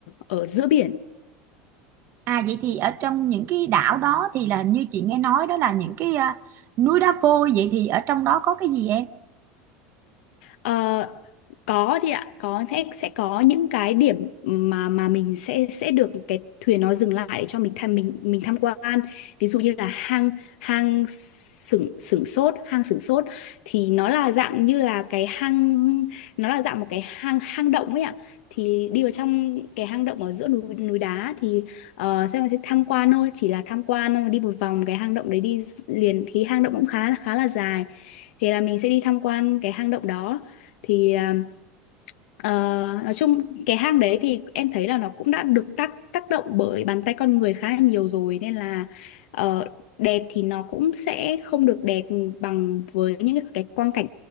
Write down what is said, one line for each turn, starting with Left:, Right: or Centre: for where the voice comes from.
Left: ở giữa biển
Right: à vậy thì ở trong những cái đảo đó thì là hình như chị nghe nói đó là những cái à, núi đá vôi vậy thì ở trong đó có cái gì em
Left: Ờ, có thì ạ có sẽ sẽ có những cái điểm mà mà mình sẽ sẽ được cái thuyền nó dừng lại để cho mình tham mình mình tham quan ví dụ như là hang hang sửng sửng sốt hang sửng sốt thì nó là dạng như là cái hang nó là dạng một cái hang hang động ấy ạ thì đi vào trong cái hang động ở giữa núi núi đá thì ờ, xem là tham quan thôi chỉ là tham quan thôi, đi một vòng cái hang động đấy đi liền thì hang động cũng khá khá là dài thì là mình sẽ đi tham quan cái hang động đó thì à, ờ, nói chung cái hang đấy thì em thấy là nó cũng đã được tác tác động bởi bàn tay con người khá là nhiều rồi nên là ờ, đẹp thì nó cũng sẽ không được đẹp bằng với những cái quang cảnh